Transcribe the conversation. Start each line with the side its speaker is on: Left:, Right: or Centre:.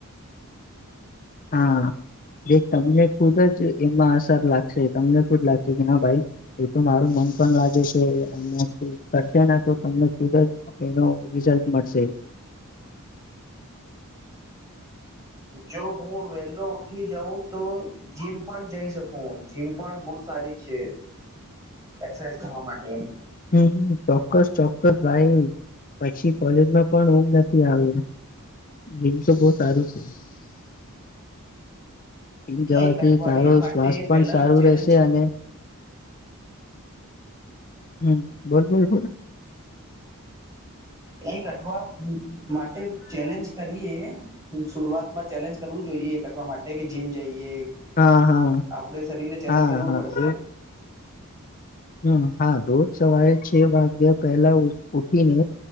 Left: હા. એ તમને ખુદ જ એમાં અસર લાગશે તમને ખુદ લાગશે કે ના ભાઈ એ તો મારું મ. પણ લાગે છે કર તો તમને ખુદ જ એનો રિઝલ્ટ મળશે. <inaudible> <inaudible>
Right: જો હું વેલો ઉઠી જઉં તો જીમ પણ જઈ શકું જીમ પણ બહુ સારી. છે એક્સરસાઇઝ કરવા માટે.
Left: હમ ચોક્કસ ચોક્કસ ભાઈ. પછી કોલેજમાં પણમ ઉંઘ નથી આવે જીમ તો બ સારું છે. <inaudible> <inaudible> એ જવાથી
Right: એક અઠવાડિયા
Left: તારું
Right: માટે
Left: સ્વાસ્થ પણ
Right: પેલા
Left: સારું
Right: ચેલેન્જ
Left: રહેશે અને. હમ બોલ બોલ બોલ.
Right: એક અઠવા માટે ચેલેન્જ કરીએ શરુઆત માં ચેલેન્જ કરવું જોઈએ. કટવા માટે કે જીમ જઈએ.
Left: હા હા
Right: આપડે શરીર ને ચેલેન્જ
Left: હા
Right: કરવું
Left: હા
Right: પડશે.
Left: રોજ હમ હા રોજ સવારે છ વાગ્યા પહેલા ઉઠીને.